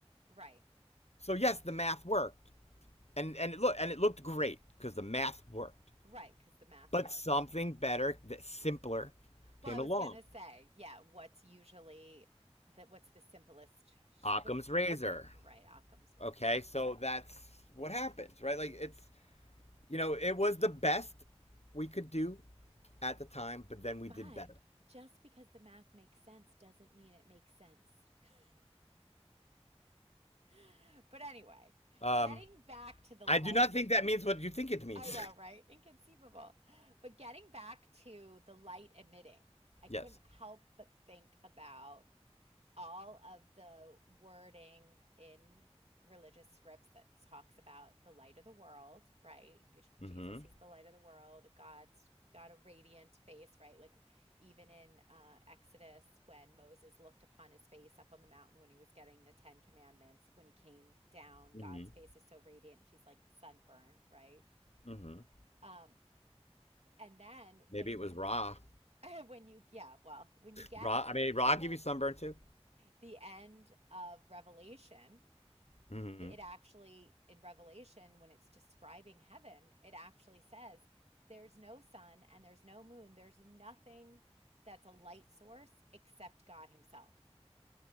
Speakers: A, on the right; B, on the left.
A: Right.
B: So, yes, the math worked. And, and it look and it looked great because the math worked,
A: Right. Because the math
B: but
A: worked.
B: something better, that simpler, came
A: Well, I was
B: along.
A: going to say, yeah, what's usually the, what's the simplest, sh-
B: Occam's
A: what's,
B: Razor.
A: right, Occam's
B: Okay,
A: razor.
B: so that's what happens, right? Like it's you know it was the best we could do at the time, but then we
A: But
B: did better.
A: just because the math makes sense doesn't mean it makes sense. <gasps> <laughs> But anyway,
B: Um,
A: getting back to the
B: I
A: light,
B: do not think that means what you think it means.
A: I know, right? Inconceivable. But getting back to the light emitting, I
B: <laughs> yes.
A: couldn't help but think about. all of the wording in religious scripts that talks about the light of the world, right? Your-
B: Mm-hmm.
A: Jesus is the light of the world. God's got a radiant face, right? Like even in uh, Exodus, when Moses looked upon his face up on the mountain when he was getting the Ten Commandments, when he came down, God's
B: hmm
A: face is so radiant, he's like sunburned, right?
B: hmm
A: Um, and then when
B: Maybe it was
A: you
B: raw.
A: <laughs> when you yeah, well, when you get
B: Raw.
A: to
B: I mean,
A: the
B: raw give you sunburn too.
A: the end of Revelation,
B: hmm
A: th- it actually in Revelation, when it's describing heaven, it actually says there's no sun and there's no moon. There's nothing that's a light source except God Himself.